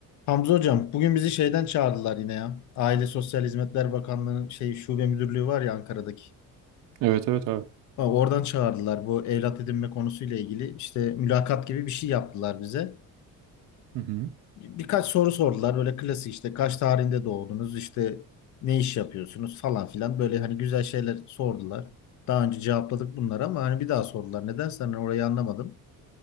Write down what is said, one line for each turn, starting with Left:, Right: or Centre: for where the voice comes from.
Left: Hamza hocam bugün bizi şeyden çağırdılar yine ya. Aile Sosyal Hizmetler Bakanlığı'nın şey şube müdürlüğü var ya Ankara'daki.
Right: Evet evet abi.
Left: Ha, Oradan çağırdılar bu evlat edinme konusuyla ilgili. İşte mülakat gibi bir şey yaptılar bize.
Right: Hı hı.
Left: Birkaç soru sordular böyle klasik işte kaç tarihinde doğdunuz işte ne iş yapıyorsunuz falan filan böyle hani güzel şeyler sordular. Daha önce cevapladık bunları ama hani bir daha sordular. Nedense hani orayı anlamadım.